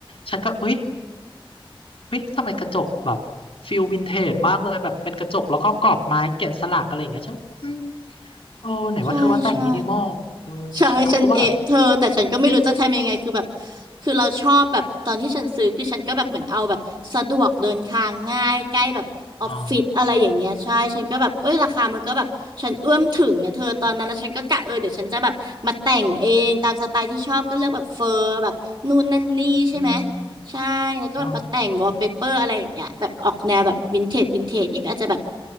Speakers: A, on the left; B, on the right.
A: ฉันก็เฮ้ยเฮ้ยทำไมกระจกแบบฟิลวินเทจมากเลยแบบเป็นกระจกแล้วก็กรอบไม้แกะสลักอะไรอย่างเงี้ยฉันอืมโอ้ไหนว่าเธอว่าแต่งมินิมอลเออฉันก็ว่าแบบ
B: ใช่ใช่ ใช่ฉันเอะเธอแต่ฉันก็ไม่รู้จะทำยังไงคือแบบคือเราชอบแบบตอนที่ฉันซื้อคือฉันก็แบบเหมือนเอาแบบสะดวกเดินทางง่ายใกล้แบบออฟฟิศอะไรอย่างเงี้ยใช่ฉันก็แบบเอ้ยราคามันก็แบบฉันเอื้อมถึงอะเธอตอนนั้นแล้วฉันก็กะเออเดี๋ยวฉันจะแบบมาแต่งเองตามสไตล์ที่ชอบก็เลือกแบบเฟอร์แบบนู่นนั่นนี่ใช่ไหม
A: อ๋ออืม
B: ใช่แล้วก็แบบมาแต่งวอลเปเปอร์อะไรอย่างเงี้ยแบบออกแนวแบบวินเทจวินเทจอย่างเงี้ยก็อาจจะแบบ
A: อ๋อ